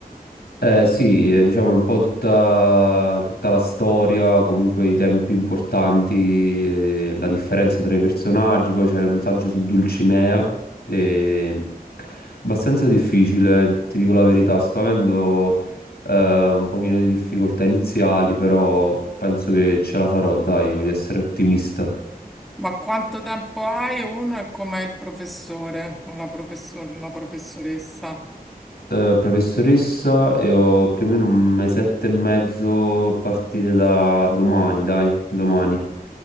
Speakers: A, on the left (about 90°); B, in the centre.
A: Eh, sì, eh, diciamo un po' tutta, tutta la storia, comunque i temi più importanti, eh, la differenza tra i personaggi, poi c'è un saggio su Dulcinea, e... abbastanza difficile, ti dico la verità, sto avendo eh, un pochino di difficoltà iniziali, però penso che ce la farò, dai, voglio essere ottimista.
B: Ma quanto tempo hai uno e com'è il professore o la professor- la professoressa?
A: Eh, professoressa, e ho più o meno un mesetto e mezzo a partire da domani, dai, domani.